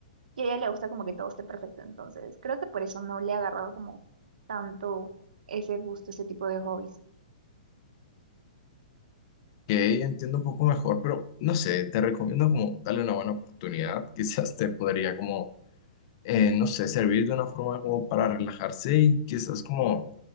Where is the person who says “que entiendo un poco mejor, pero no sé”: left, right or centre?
Left